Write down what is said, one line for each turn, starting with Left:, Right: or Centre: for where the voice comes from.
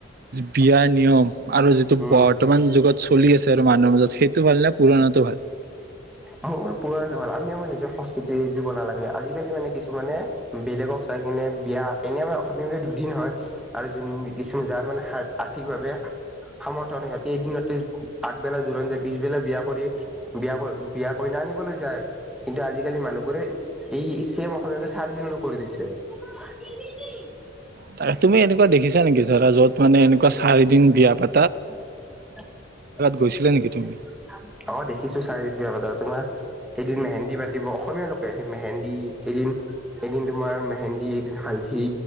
Right: বিয়াৰ নিয়ম আৰু যিটো
Centre: উম
Right: বৰ্তমান যুগত চলি আছে আৰু মানুহৰ মাজত সেইটো ভাল নে পুৰণাতো ভাল?
Centre: অও অ, পুৰনাটো ভাল আমি আমাৰ নিজৰ সংস্কৃতি দিব নালাগে আজিকালি মানে কিছুমানে, বেলেগক চাই কিনে বিয়া এনে আমাৰ অসমীয়া বিয়া দুদিন হয় আৰু য কিছুমান যাৰ মানে আৰ্থিকভাৱে সমৰ্থন সিহঁতি এদিনতে আগবেলা জোৰোণ যায় পিছবেলা বিয়া কৰি বিয়া কৰি বিয়া কইনা আনিবলৈ যায় কিন্তু আজিকালি মানুহবোৰে এই ছেম অসমীয়া চাৰিদিনলৈ কৰি দিছে।
Right: ত তুমি এনেকুৱা দেখিছা নেকি ধৰা যত মানে এ কা চাৰি দিন বিয়া পা
Centre: অ
Right: গৈছিলা নেকি তুমি?
Centre: দেখিছো চাৰে তিনিটা বজাত তোমাৰ, সেইদিন মেহেন্দি পাতিব অসমীয়া লোকে সেই মেহেন্দী এদিন, এদিন তোমাৰ মেহেন্দী, এদিন হালধি,